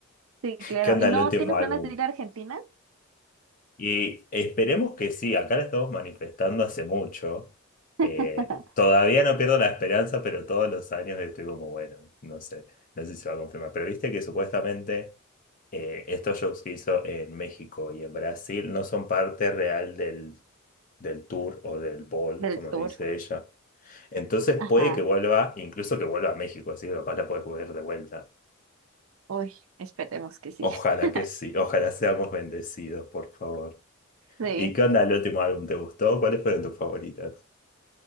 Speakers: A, on the right; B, on the left.
A: Sí, claro.
B: ¿Qué onda
A: ¿Y no
B: el último
A: tiene planes
B: álbum?
A: de ir a Argentina?
B: Y esperemos que sí, acá la estamos manifestando hace mucho. Eh,
A: <laughs>
B: todavía no pierdo la esperanza, pero todos los años estoy como, bueno, no sé, no sé si se va a confirmar. Pero viste que supuestamente eh, estos shows que hizo en México y en Brasil no son parte real del, del tour o del ball,
A: Del
B: como
A: tour.
B: dice ella. Entonces
A: Ajá.
B: puede que vuelva, incluso que vuelva a México, así que capaz la puedes volver de vuelta.
A: Uy, esperemos que sí.
B: Ojalá
A: <laughs>
B: que sí, ojalá seamos bendecidos, por favor.
A: Sí.
B: ¿Y qué onda el último álbum? ¿Te gustó? ¿Cuáles fueron tus favoritas?